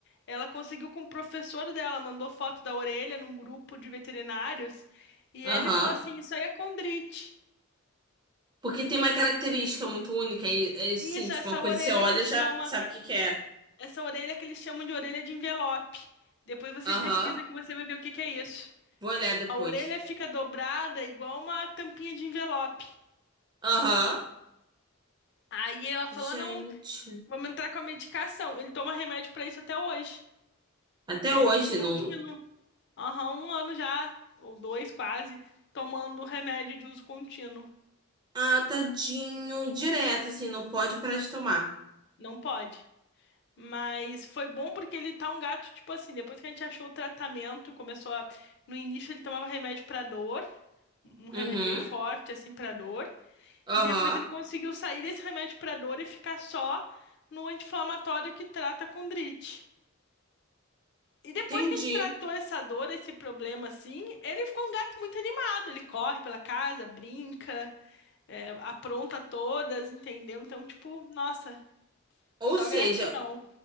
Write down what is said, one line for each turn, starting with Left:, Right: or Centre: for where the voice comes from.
Left: Ela conseguiu com o professor dela, mandou foto da orelha num grupo de veterinários, e
Right: Aham.
Left: ele falou assim: Isso aí é condrite.
Right: Porque tem uma característica muito única e, é assim,
Left: Isso,
Right: tipo,
Left: essa
Right: uma coisa
Left: orelha
Right: que você olha
Left: que
Right: e
Left: chama,
Right: já sabe o que que é.
Left: essa orelha que eles chamam de orelha de envelope. Depois você
Right: Aham.
Left: pesquisa que você vai ver o que que é isso.
Right: Vou olhar depois.
Left: A orelha fica dobrada igual uma tampinha de envelope.
Right: Aham.
Left: Aí ela falou:
Right: Gente.
Left: Não, vamos entrar com a medicação. Ele toma remédio pra isso até hoje.
Right: Até
Left: É
Right: hoje,
Left: uso contínuo.
Right: não.
Left: Aham, um ano já, ou dois quase, tomando remédio de uso contínuo.
Right: Ah, tadinho. Direto, assim, não pode parar de tomar.
Left: Não pode. Mas foi bom porque ele tá um gato, tipo assim, depois que a gente achou o tratamento, começou a. No início ele tomava remédio pra dor, um remédio
Right: Uhum.
Left: bem forte, assim, pra dor.
Right: Aham.
Left: E depois ele conseguiu sair desse remédio pra dor e ficar só no anti-inflamatório que trata condrite. E depois
Right: Entendi.
Left: que a gente tratou essa dor, esse problema, assim, ele ficou um gato muito animado. Ele corre pela casa, brinca. é, apronta todas, entendeu? Então, tipo, nossa,
Right: Ou
Left: só
Right: seja,
Left: gratidão.